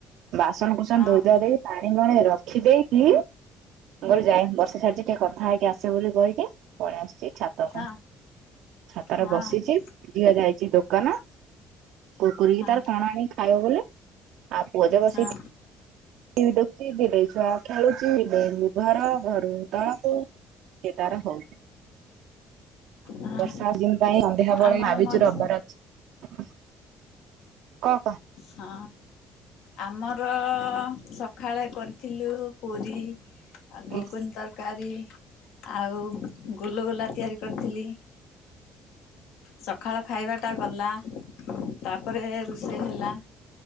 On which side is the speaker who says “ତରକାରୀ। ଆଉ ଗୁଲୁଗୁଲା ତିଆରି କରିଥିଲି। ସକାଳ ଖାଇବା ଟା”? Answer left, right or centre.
Left